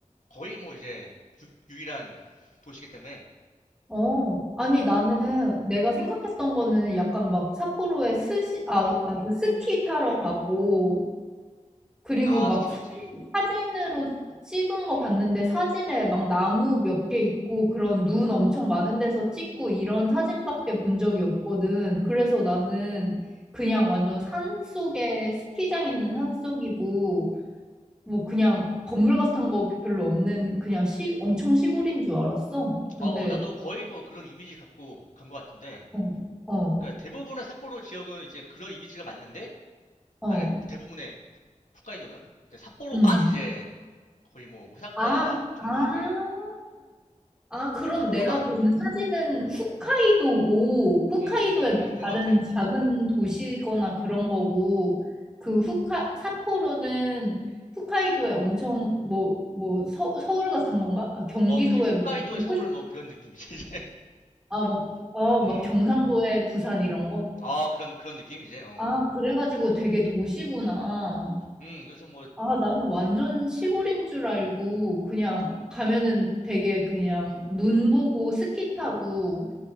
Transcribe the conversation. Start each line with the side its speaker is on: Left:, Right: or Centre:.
Left: 거의 뭐 이제 유, 일한 도시기 때문에
Centre: 어, 아니, 나는 내가 생각했던 거는 약간 막 삿포로에 스시, 아, 아, 그 스키 타러 가고, 그리고
Left: 아,
Centre: 막
Left: 스키도
Centre: 사진,
Left: 있지.
Centre: 사진으로 찍은 거 봤는데 사진에 막 나무 몇 개 있고 그런 눈 엄청 많은 데서 찍고 이런 사진밖에 본 적이 없거든. 그래서 나는 그냥 완전 산 속에 스키장 있는 산 속이고 뭐 그냥 건물 같은 거 별로 없는 그냥 시, 엄청 시골인 줄 알았어. 근데
Left: 어, 어, 나도 거의 뭐 그런 이미지 갖고 간 것 같은데
Centre: 어, 어,
Left: 그러니까 대부분의 삿포로 지역은 이제 그런 이미지가 맞는데,
Centre: 어,
Left: 아, 그러니까 대부분의 홋카이도는 삿포로만
Centre: 음.
Left: 이제 거의 뭐 오사카
Centre: 아,
Left: 정도
Centre: 아,
Left: 이제
Centre: 아, 그럼
Left: 음, 삿포로만,
Centre: 내가 본 사진은 홋카이도고, 홋카이도의
Left: 음, 음, 음,
Centre: 뭐
Left: 음, 그런
Centre: 다른
Left: 것 같아.
Centre: 작은 도시거나 그런 거고, 그 홋카, 삿포로는 홋카이도의 엄청, 뭐, 뭐, 서, 서울 같은 건가? 아, 경기도의
Left: 어, 그지. 홋카이도의
Centre: 뭐, 엄청
Left: 서울
Centre: 큰,
Left: 뭐 그런 느낌이지 이제.
Centre: 아, 막, 아,
Left: <laughs>
Centre: 막
Left: 음,
Centre: 경상도의 부산 이런 거?
Left: 아 그런 그런 느낌 이제. 어,
Centre: 아, 그래가지고 되게 도시구나.
Left: 음, 그래서 뭐
Centre: 아, 나는 완전 시골인 줄 알고 그냥 가면은 되게 그냥 눈 보고 스키 타고